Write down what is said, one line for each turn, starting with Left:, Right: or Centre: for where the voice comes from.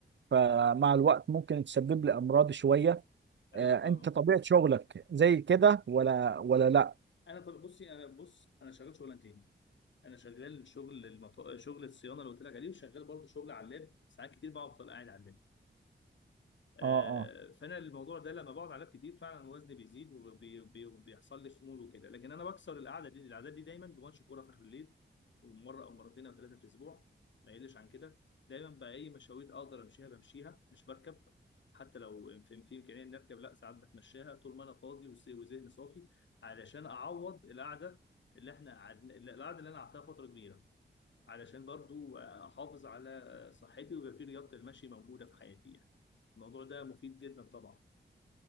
Right: فمع الوقت ممكن تسبب لي امراض شوية
Left: أيوه
Right: آه،
Left: فاهمة
Right: انت طبيعة شغلك زي كده ولا ولا لا
Left: أنا طب بصي أنا بص أنا شغال شغلانتين أنا شغال شغل المط... شغل الصيانة اللي قلت لك عليه وشغال برضه شغل على اللاب ساعات كتير بقعد أفضل قاعد على اللاب آه،
Right: اه آه.
Left: فانا الموضوع ده لما بقعد عليه كتير فعلا وزني بيزيد وبيحصل لي خمول وكده لكن انا بكسر القعده دي العادات دي دايما بماتش كوره في اخر الليل ومره او مرتين او ثلاثه في الاسبوع ما يقلش عن كده دايما بقى اي مشاوير اقدر امشيها بمشيها مش بركب حتى لو في في امكانيه اني اركب لا ساعات بتمشاها طول ما انا فاضي وس- وذهني صافي علشان اعوض القعده اللي احنا قعدنا القعده اللي انا قعدتها فتره كبيره علشان برضو احافظ على صحتي ويبقى في رياضة المشي موجودة في حياتي يعني الموضوع ده مفيد جدا طبعا